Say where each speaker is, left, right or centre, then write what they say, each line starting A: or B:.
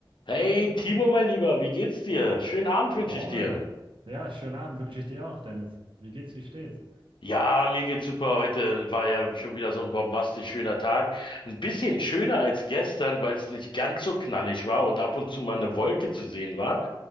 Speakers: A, on the left (about 70°); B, on the right (about 75°).
A: Hey Timo, mein Lieber, wie geht's dir? Schönen Abend
B: Moin.
A: wünsche ich dir.
B: Ja, schönen Abend wünsche ich dir auch, Dennis. Wie geht's, wie steht's?
A: Ja, mir geht's super. Heute war ja schon wieder so ein bombastisch schöner Tag. Ein bisschen schöner als gestern, weil es nicht ganz so knallig war und ab und zu mal eine Wolke zu sehen war.